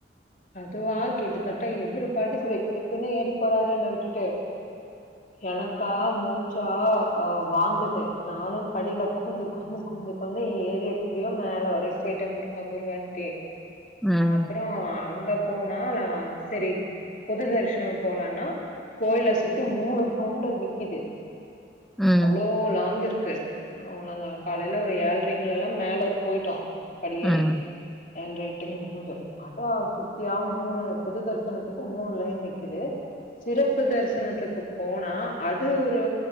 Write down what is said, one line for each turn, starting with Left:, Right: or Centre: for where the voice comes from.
Left: அதுவா கிட்ட தட்டா இவ்ரு பாட்டுக்கு வெக்கு வெக்குன்னு ஏறி போறாரு என்ன விட்டுட்டு எனக்கா மூச்சா ஆ வாங்குது நானு படில உக்காந்து நானு கொஞ்சொ கொஞ்சொ ஏறி எப்டியோ மேல வரைக்கும் போயிட்ட முருகா முருகான்ட்டே
Centre: ம்,
Left: அப்பறோ அங்க போனாலா சரி பொது தரிசனோ போலான்னா கோவில சுத்தி மூணு ரவுண்டு நிக்குது
Centre: ம்,
Left: அவ்ளோ லாங் இருக்கு ஆ நாங்க காலைல ஒரு ஏழ்ரைங்கலல்லா மேல போயிட்டோ படியேறி
Centre: ம்,
Left: ஏழ்ற எட்டுங்கும்போது அதா சுத்தியா மூணு பொது தரிசனத்துக்கு மூணு லைன் நிக்குது சிறப்பு தரிசனத்துக்கு போனா அது ஒரு